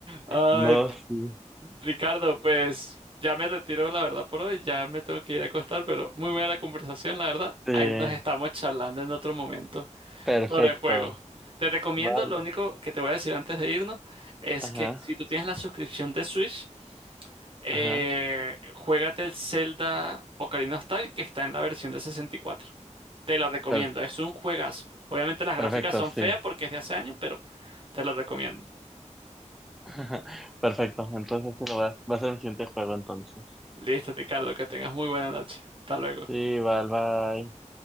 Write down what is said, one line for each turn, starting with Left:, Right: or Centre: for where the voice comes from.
Right: Ay,
Centre: No, sí,
Right: Ricardo, pues ya me retiro, la verdad, por hoy. Ya me tengo que ir a acostar, pero muy buena la conversación, la verdad.
Centre: este,
Right: Ahí nos estamos charlando en otro momento.
Centre: perfecto,
Right: sobre el juego. Te recomiendo,
Centre: vale,
Right: lo único que te voy a decir antes de irnos, es
Centre: ajá,
Right: que si tú tienes la suscripción de Switch, eh,
Centre: ajá,
Right: juégate el Zelda Ocarina of Time, que está en la versión de 64. Te lo recomiendo,
Centre: per-
Right: es un juegazo. Obviamente las gráficas
Centre: perfecto,
Right: son
Centre: sí,
Right: feas porque es de hace años, pero te lo recomiendo.
Centre: <laughs> perfecto, entonces sí, va, va a ser mi siguiente juego entonces.
Right: Listo, Ricardo, que tengas muy buena noche. Hasta luego.
Centre: Sí, vale, bye.